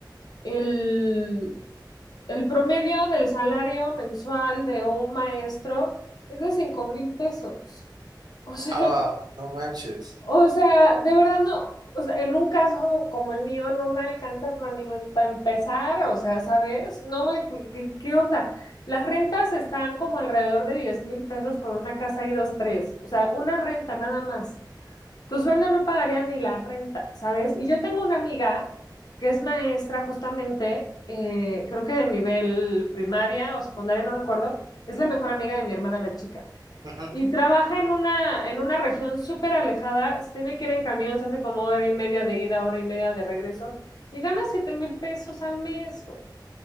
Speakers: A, on the left; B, on the right.
A: el, el promedio del salario mensual de un maestro es de cinco mil pesos. <laughs> O sea,
B: Ah, no manches.
A: o sea, de verdad no, o sea, en un caso como el mío no me alcanza para ni para empezar, o sea, ¿sabes? No me, ¿qué, qué onda? Las rentas están como alrededor de diez mil pesos por una casa y dos, tres, o sea, una renta nada más. Tu sueldo no pagaría ni la renta, ¿sabes? Y yo tengo una amiga que es maestra justamente, eh, creo que de nivel primaria o secundaria, no me acuerdo, es la mejor amiga de mi hermana la chica.
B: <laughs>
A: Y trabaja en una, en una región súper alejada, se tiene que ir en camión, se hace como hora y media de ida, hora y media de regreso, y gana siete mil pesos al mes, güey.